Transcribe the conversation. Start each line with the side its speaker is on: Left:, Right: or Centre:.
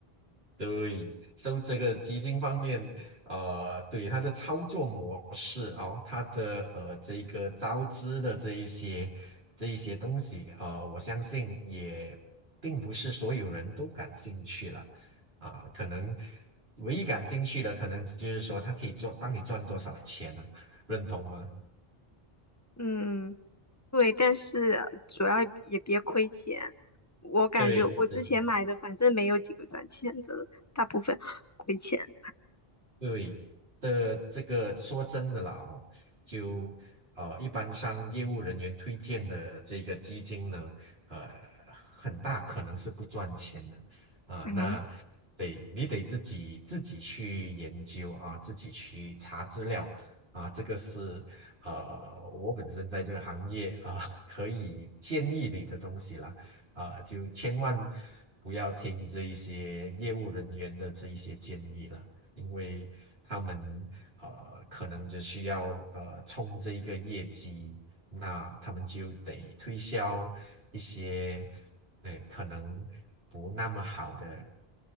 Right: 对，所以这个基金方面，呃，对它的操作模式哦，它的呃这个招资的这一些这一些东西，呃，我相信也并不是所有人都感兴趣了啊、可能唯一感兴趣的，可能就是说它可以做帮你赚多少钱呢、认同吗？
Left: 嗯，对，但是主要也别亏钱。我感觉我之前买的反正没有几个赚钱的，
Right: 对，对
Left: 大部分亏钱。
Right: 对的，这个说真的啦，哦，就呃，一般上业务人员推荐的这个基金呢，呃，很大可能是不赚钱的啊，
Left: 嗯
Right: 那得你得自己自己去研究啊，自己去查资料啊，这个是呃，我本身在这个行业啊，可以建议你的东西啦。啊，就千万不要听这一些业务人员的这一些建议了因为他们呃可能只需要呃冲这一个业绩，那他们就得推销一些呃可能不那么好的